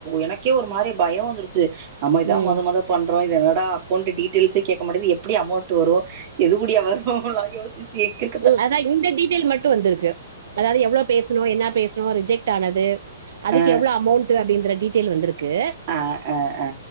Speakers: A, on the right; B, on the right.
A: எனக்கே ஒரு மாரி பயோ வந்துடுச்சு நம்ம இதா
B: ம்
A: மொத மொத பண்றோ இது என்னடா அக்கௌண்ட் டீட்டெயில்ஸ்ஸே கேக்க மாட்டுது எப்டி அமௌண்ட்டு வரு எது கூடியா வருல்லா யோசிச்சு கி
B: ம் அதா இந்த டீட்டெய்ல் மட்டு வந்திருக்கு அதாவ்து எவ்ளோ பேசுணோ என்ன பேசுணோ ரிஜெக்ட் ஆனது
A: ஆ
B: அதுக்கு
A: ஆ
B: எவ்ளோ அமௌண்ட்டு அப்டின்ற டீட்டெய்ல் வந்துருக்கு
A: அ ஆ ஆ